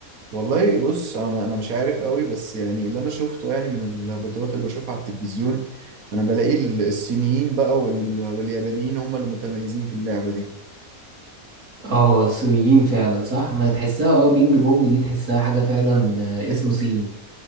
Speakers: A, on the right; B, on the right.
A: والله بص انا انا مش عارف قوي بس يعني اللي انا شفته يعني من البطولات اللي بشوفها على التلفزيون انا بلاقي الصينيين بقى وال- واليابانيين هم اللي متميزين في اللعبه دي
B: اه الصينيين فعلا صح ما تحسها اه بينج بونج دي تحسها حاجة فعلا آه،
A: <laughs>
B: اسم صيني